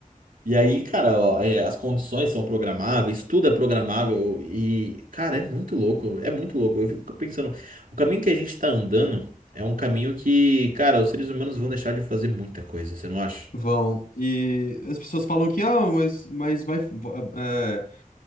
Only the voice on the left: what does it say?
Vão. E as pessoas falam que, ah, mas, mas vai. va- é,